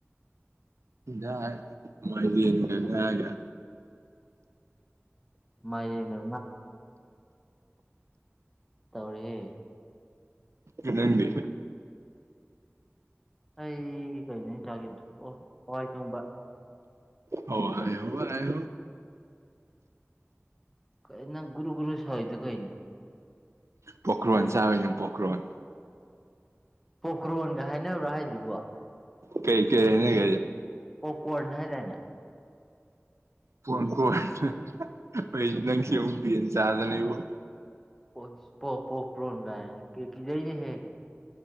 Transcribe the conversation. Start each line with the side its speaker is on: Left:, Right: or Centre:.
Right: ꯌꯥ ꯃꯥꯏꯗꯤꯒ ꯊꯒ
Centre: ꯃꯥꯗꯤ ꯌꯦꯒ ꯇꯧꯔꯤꯦ
Right: ꯑꯗꯨꯗꯤ
Centre: ꯑꯩ ꯀꯩꯅꯦ ꯆꯥꯒꯦꯗꯨ ꯑꯣ ꯍꯏ ꯊꯣꯡꯕ
Right: ꯍ ꯑ ꯍ ꯍꯥꯏ
Centre: ꯀꯥꯏꯅꯪ ꯒꯨꯔꯨꯒꯨꯔꯨ ꯁꯋꯥꯗꯨ ꯀꯥꯏꯅꯣ
Right: ꯄꯣꯀ꯭ꯔꯣꯟ ꯆꯥꯕꯅꯨ ꯄꯣꯀ꯭ꯔꯣꯟ
Centre: ꯄꯣꯀ꯭ꯔꯣꯟꯒ ꯍꯥꯏꯅꯕ꯭ꯔꯥ ꯍꯥꯏꯁꯤꯕꯣ
Right: ꯀꯩ ꯀ ꯅ ꯀ
Centre: ꯀꯣꯔꯅꯍꯥꯏ ꯇꯥꯏꯅ
Right: ꯀ ꯀꯣ ꯑꯩꯁꯨ ꯅꯪꯁꯨ ꯄ ꯆꯥꯗꯅꯕ
Centre: ꯄ ꯄꯣ ꯄꯣ ꯄ꯭ꯔꯣꯣꯟꯒꯥꯏ ꯀꯦꯀꯤꯏꯅꯦ ꯍꯦ